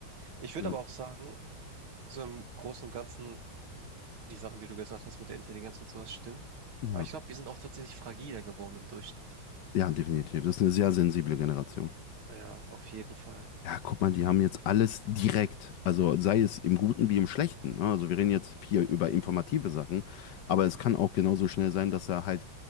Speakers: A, on the right; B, on the left.
A: Ich würde
B: Ja.
A: aber auch sagen, so im Großen und Ganzen, die Sachen, die du gesagt hast mit der Intelligenz und sowas, stimmen.
B: ja,
A: Aber ich glaube, wir sind auch tatsächlich fragiler geworden im Durchschnitt.
B: ja, definitiv. Das ist eine sehr sensible Generation.
A: Ja, auf jeden Fall.
B: Ja, guck mal, die haben jetzt alles direkt, also sei es im Guten wie im Schlechten. ne? Also wir reden jetzt hier über informative Sachen, aber es kann auch genauso schnell sein, dass da halt